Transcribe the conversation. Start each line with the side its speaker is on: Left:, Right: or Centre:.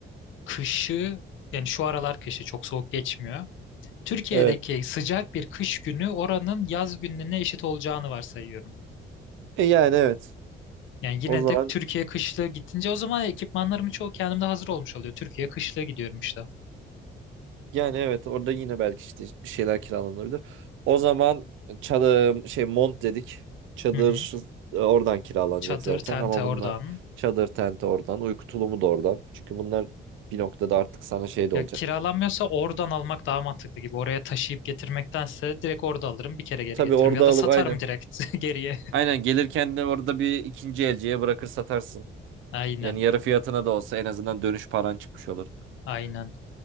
Left: kışı yani şu aralar kışı çok soğuk geçmiyor. Türkiye'deki
Right: Evet.
Left: sıcak bir kış günü oranın yaz gününe eşit olacağını varsayıyorum.
Right: E, yani evet.
Left: Yani yine
Right: O zaman
Left: de Türkiye kışlığı gidince o zaman ekipmanlarımı çoğu kendimde hazır olmuş oluyor. Türkiye kışlığı gidiyorum işte.
Right: Yani evet orada yine belki işte bir şeyler kiralanabilir. O zaman çadır şey mont dedik. Çadır
Left: Hı hı.
Right: e, oradan kiralanacak
Left: Çadır,
Right: zaten
Left: tente
Right: ama
Left: oradan.
Right: bunlar çadır tenti oradan, uyku tulumu da oradan. Çünkü bunlar bir noktada artık sana şey de
Left: Ya
Right: olacak.
Left: kiralanmıyorsa oradan almak daha mantıklı gibi. Oraya taşıyıp getirmektense direkt orada alırım bir kere geri
Right: Tabii
Left: getiririm.
Right: orada
Left: Ya da
Right: alıp
Left: satarım
Right: aynen.
Left: direkt <laughs> geriye.
Right: Aynen gelirken de orada bir ikinci elciye bırakır satarsın.
Left: Aynen,
Right: Yani yarı fiyatına da olsa en azından dönüş paran çıkmış olur.
Left: aynen.